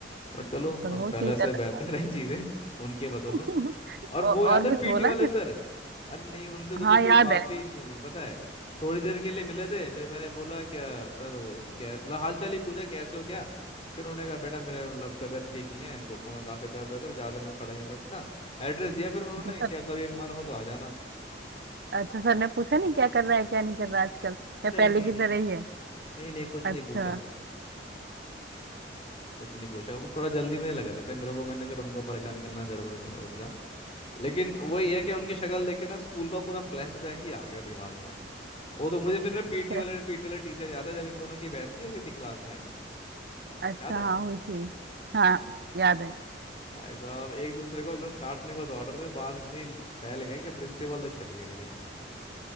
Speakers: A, on the left (about 35°); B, on the right (about 60°).
A: बट चलो
B: पर
A: अब
B: वो
A: पहले
B: चीज
A: से
B: अलग
A: बेहतर है चीज़ें उनके बदौलत
B: <laughs>
A: और
B: औ-
A: वो याद
B: और
A: है
B: कुछ
A: पीटी
B: बोला
A: वाले सर अरे नहीं उनसे तो
B: हाँ
A: फिर कोई
B: याद
A: बात
B: है
A: ही नहीं हुई पता है थोड़ी देर के लिए मिले थे फिर मैंने बोला क्या सर वो क्या मतलब हालचाल ही पूछा कैसे हो क्या फिर उन्होंने कहा बेटा मेरे मतलब तबीयत ठीक नहीं है घुटनों में काफी दर्द रहता है तो ज्यादा देर में खड़ा नहीं हो सकता एड्रेस दिया फिर उन्होंने
B: तो सर
A: क्या कभी मन हो तो आ जाना
B: अच्छा सर ने पूछा नहीं क्या कर रहा है क्या नहीं कर रहा है आजकल या
A: नहीं
B: पहले
A: नहीं
B: की
A: नहीं
B: तरह ही है
A: नहीं नहीं कुछ
B: अच्छा
A: नहीं पूछा कुछ नहीं पूछा वो थोड़ा जल्दी में लग रहे थे मेरे को मैंने फिर उनको परेशान करना जरूरी नहीं समझा लेकिन वही है कि उनकी शक्ल देख के ना स्कूल का पूरा फ्लैशबैक ही आ गया दिमाग वो तो मुझे फिर ना पीटी
B: क्या
A: वाले पीटी वाले टीचर याद है जब इन दोनों की बहस नहीं हो गई थी क्लास में
B: अच्छा
A: याद है
B: हाँ हुई थी हाँ याद है
A: भाई साहब एक दूसरे को एकदम काटने को दौड़ रहे थे बात इतनी फैल गई कि प्रिंसिपल तक चली गई थी